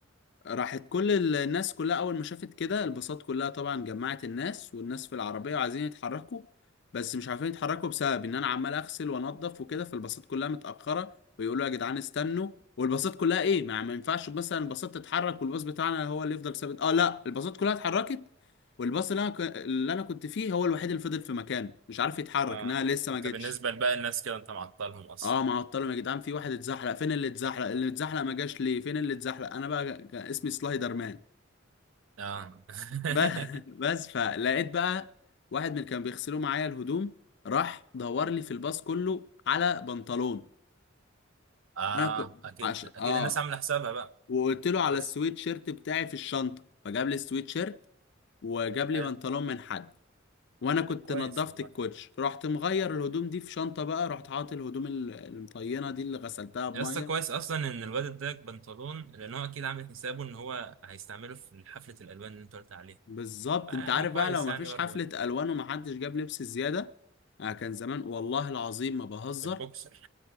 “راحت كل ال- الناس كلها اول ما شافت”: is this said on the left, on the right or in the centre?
Left